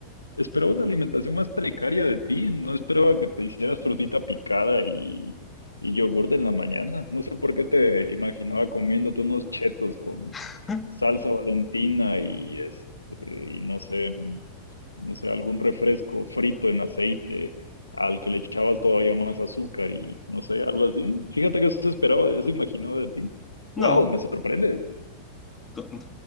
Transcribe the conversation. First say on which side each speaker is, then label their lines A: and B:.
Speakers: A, on the left (about 80°); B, on the left (about 15°).
A: Esperaba una alimentación más precaria de ti, no esperaba que te hicieras frutita picada y, y yogur en la mañana. No sé por qué te imaginaba comiéndote unos chetos con
B: <laughs>
A: salsa Valentina y este, y no sé, mm, no sé, algún refresco frito en aceite al que le echabas todavía más azúcar y no sé, algo así. Fíjate que eso esperaba, eso imaginaba de ti.
B: No,
A: Wow, me sorprendes.
B: con-